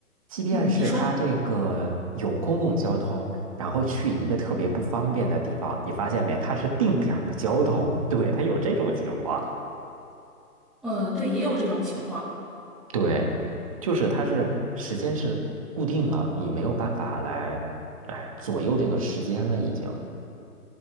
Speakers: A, on the right; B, in the centre.
A: 即便是它这个有公共交通，
B: 嗯，你说，
A: 然后去一个特别不方便的地方，你发现没？它是定点儿的交通，对，它有这种情况。
B: 呃，对，也有这种情况。
A: 对，就是它是时间是固定了，你没有办法来来左右这个时间了，已经。